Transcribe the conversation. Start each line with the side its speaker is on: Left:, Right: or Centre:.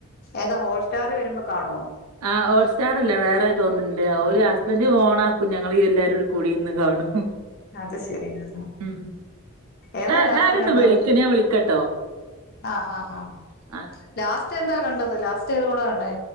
Left: ഏതാ ഹോട്ട്സ്റ്റാർ വരുമ്പോ കാണുവോ
Right: ആ് ഹോട്ട് സ്റ്റാറല്ല വേറെ തോന്നുന്നുണ്ട് ഓരു ഹസ്ബൻന്റ് ഓണ ആക്കും ഞങ്ങളീ എല്ലാരുടെ കൂടിന്ന് കാണും
Left: അത് ശരിയാ
Right: ഉം
Left: ഏതാ
Right: ആ
Left: ലാസ്റ്റന്
Right: ആരൊന്ന്
Left: കണ്ടത്
Right: വിളിക്കണ് ഞാൻ വിളിക്കാട്ടോ
Left: ആഹ് ഹ ഹാ
Right: ആ
Left: ലാസ്റ്റ് എന്താ കണ്ടത് ലാസ്റ്റ് ഏത് പടാ കണ്ടേ